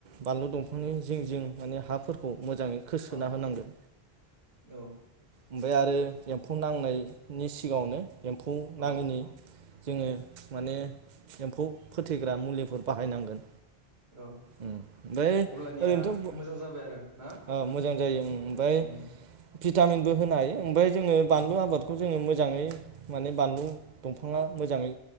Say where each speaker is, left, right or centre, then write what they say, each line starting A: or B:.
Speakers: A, on the right; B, on the right.
A: बानलु दंफांनि जिं जिं माने हाफोरखौ मोजाङै खोस्रोना
B: अ
A: होनांगोन
B: औ
A: ओमफाय आरो एम्फौ नांनायनि सिगाङावनो एम्फौ
B: औ
A: नाङिनि जोङो माने एम्फौ फोथैग्रा मुलिफोर बाहायनांगोन।
B: औ
A: ओमफाय
B: अब्लानिया
A: ओरैनोथ' ओम
B: मोजां जाबाय आरो ना
A: ओ मोजां जायो उम ओमफाय
B: उम
A: <unintelligible> भिटामिनबो होनो हायो ओमफाय बानलु
B: अ
A: आबादखौ जोङो मो जाङै माने बानलु दंफाङा मोजाङै